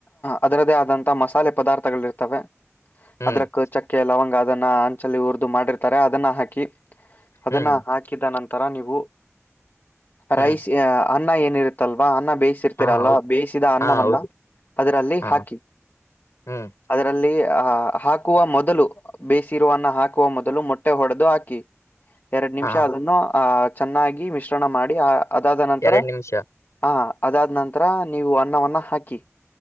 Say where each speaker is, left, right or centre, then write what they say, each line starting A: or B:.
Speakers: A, on the left; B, on the left.
A: ಅದರದೇ ಆದಂತ ಮಸಾಲೆ ಪದಾರ್ಥಗಳ ಇರ್ತವೆ.
B: ಹ್ಮ್
A: ಅದ್ರಕ್ಕ ಚಕ್ಕೆ ಲವಂಗ ಅದನ್ನ ಹಂಚಲ್ಲಿ ಉರಿದು ಮಾಡಿರ್ತಾರೆ ಅದನ್ನ ಹಾಕಿ. ಅದನ್ನ
B: ಹ್ಮ್ ಹ್ಮ್
A: ಹಾಕಿದ ನಂತರ ನೀವು
B: ಹ್ಮ್
A: ರೈಸ್ ಅನ್ನ ಏನಿರುತ್ತೆ ಅಲ್ವಾ ಅನ್ನ ಬೇಯಿಸಿರ್ತೀರಲ್ಲ
B: ಹಾ ಹೌದು
A: ಬೇಯಿಸಿದ ಅನ್ನ
B: ಹಾ
A: ವನ್ನ
B: ಹೌದು
A: ಅದರಲ್ಲಿ
B: ಹಾ
A: ಹಾಕಿ...
B: ಹ್ಮ್
A: ಅದರಲ್ಲಿ ಅಹ ಹಾಕುವ ಮೊದಲು ಬೇಯಸಿರುವ ಅನ್ನ ಹಾಕುವ ಮೊದಲು ಮೊಟ್ಟೆ ಹೊಡೆದು ಹಾಕಿ. ಎರಡ್ ನಿಮಿಷ
B: ಹಾ
A: ಅದನ್ನು ಆಹ ಚೆನ್ನಾಗಿ ಮಿಶ್ರಣ ಮಾಡಿ ಆ ಅದಾದ ನಂತರ
B: ಎರಡ್ ನಿಮಿಷ
A: ಹ ಅದಾದ ನಂತರ ನೀವು ಅನ್ನವನ್ನ ಹಾಕಿ.